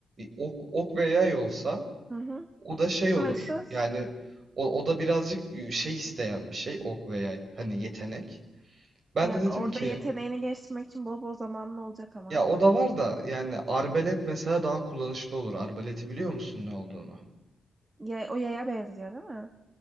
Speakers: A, on the right; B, on the right.
A: Ok, ok ve yay olsa
B: hı, hı.
A: o da şey
B: Sınırsız.
A: olur. Yani o, o da birazcık e, şey isteyen bir şey ok ve yay. Hani yetenek. Ben
B: Yani
A: de dedim
B: orada
A: ki
B: yeteneğini geliştirmek için bol bol zamanın olacak ama.
A: ya o da var da yani arbalet mesela daha kullanışlı olur. Arbaleti biliyor musun ne olduğunu?
B: Ya, o yaya benziyor değil mi?